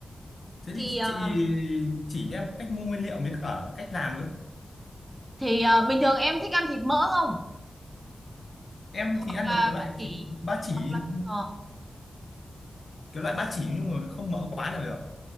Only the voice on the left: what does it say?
thế
thì
chị chỉ em cách mua nguyên liệu với cả cách làm với
em
thì ăn
được cái loại
thịt ba chỉ
cái loại ba chỉ nhưng mà không mỡ quá là được